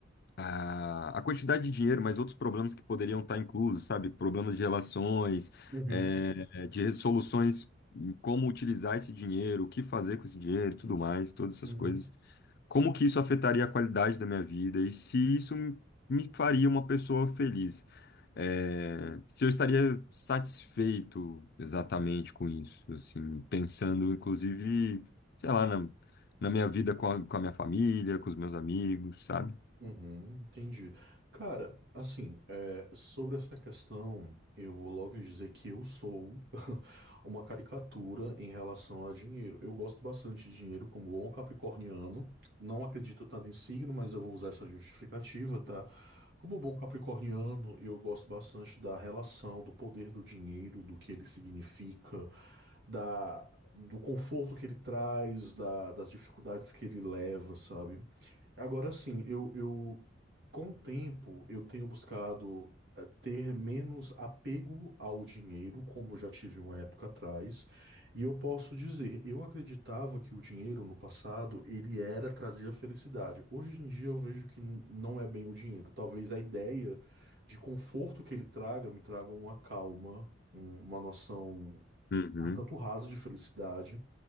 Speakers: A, on the left (about 55°); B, on the right (about 60°).
A: a, a quantidade de dinheiro, mas outros problemas que poderiam estar inclusos, sabe? Problemas de relações,
B: uhum,
A: é, de soluções, em como utilizar esse dinheiro, o que fazer com esse dinheiro, e tudo mais, todas essas
B: uhum.
A: coisas. Como que isso afetaria a qualidade da minha vida e se isso me me faria uma pessoa feliz? É, se eu estaria satisfeito exatamente com isso, assim, pensando inclusive, sei lá, na, na minha vida com a, com a minha família, com os meus amigos, sabe?
B: Uhum, entendi. Cara, assim, é, sobre essa questão, eu vou logo dizer que eu sou <laughs> uma caricatura em relação a dinheiro. Eu gosto bastante de dinheiro como bom capricorniano. Não acredito tanto em signo, mas eu vou usar essa justificativa, tá? Como bom capricorniano, eu gosto bastante da relação, do poder do dinheiro, do que ele significa, da, do conforto que ele traz, da- das dificuldades que ele leva, sabe? Agora sim, eu, eu com o tempo eu tenho buscado eh, ter menos apego ao dinheiro, como eu já tive uma época atrás, e eu posso dizer, eu acreditava que o dinheiro no passado ele era trazia felicidade. Hoje em dia eu vejo que n- não é bem o dinheiro. Talvez a ideia de conforto que ele traga me traga uma calma, um- uma noção
A: Uhum,
B: ah, tanto rasa de felicidade.